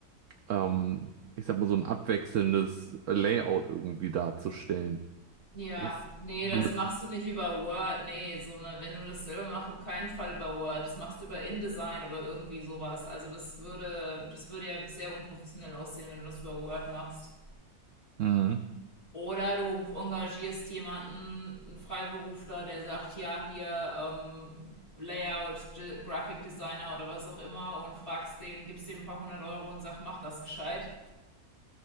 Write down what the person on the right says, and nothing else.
ähm, ich sag mal, so ein abwechselndes Layout irgendwie darzustellen.
Ist
somit.
Mhm.